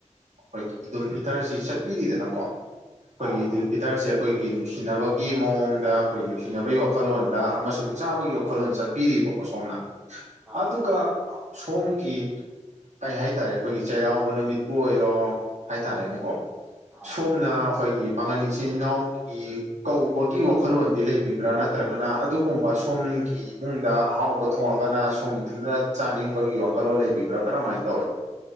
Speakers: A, on the right; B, in the centre.
A: ꯑꯈꯣꯏꯒꯤ ꯏꯗꯨꯜ ꯐꯤꯇꯔꯁꯤ ꯆꯠꯄꯤꯔꯤꯗꯅꯀꯣ ꯑꯈꯣꯏꯒꯤ
B: ꯑꯥ
A: ꯏꯗꯨꯜ
B: ꯑꯥ
A: ꯐꯤ ꯍꯤꯇꯔꯁꯦ ꯑꯈꯣꯏꯒꯤ ꯅꯨꯡꯁꯤꯅꯕꯒꯤ ꯃꯑꯣꯡꯗ ꯑꯈꯣꯏꯒꯤ ꯅꯨꯡꯁꯤꯅꯕꯩ ꯋꯥꯈꯜꯂꯣꯟꯗ ꯑꯃꯁꯨꯡ ꯆꯥꯕꯒꯤ ꯋꯥꯈꯜꯂꯣꯟ ꯆꯠ ꯄꯤꯔꯤꯕꯀꯣ ꯁꯣꯝꯅ
B: ꯑꯥ ꯑꯥ
A: ꯑꯗꯨꯒ ꯁꯣꯝ ꯒꯤ ꯀꯩ ꯍꯥꯏꯇꯥꯔꯦ ꯑꯈꯣꯏꯒꯤ ꯆꯩꯔꯥꯎꯕ ꯅꯨꯃꯤꯠꯄꯨ ꯑꯣꯏꯔꯣ ꯍꯥꯏꯇꯥꯔꯦꯅꯦꯀꯣ
B: ꯑꯥ
A: ꯁꯣꯝꯅ
B: ꯑꯥ
A: ꯑꯈꯣꯏꯒꯤ ꯄꯥꯉꯜ ꯏꯆꯤꯟ ꯏꯅꯥꯎ ꯒꯤ ꯀꯧꯕꯒꯤ ꯋꯥꯈꯜꯂꯣꯟꯗꯤ ꯂꯩꯕꯤꯕ꯭ꯔꯥ ꯅꯠꯇ꯭ꯔꯒꯅ ꯑꯗꯨꯒꯨꯝꯕ ꯁꯣꯝꯒꯤ ꯏꯃꯨꯡꯗ ꯑꯍꯥꯎꯕ ꯊꯣꯡꯉꯒꯅ ꯁꯣꯝ ꯏꯊꯟ ꯆꯥꯅꯤꯡꯕꯒꯤ ꯋꯥꯈꯜꯂꯣꯟ ꯂꯩꯕꯤꯕ꯭ꯔꯥ ꯀꯔꯝꯍꯥꯏꯅ ꯇꯧꯏ꯫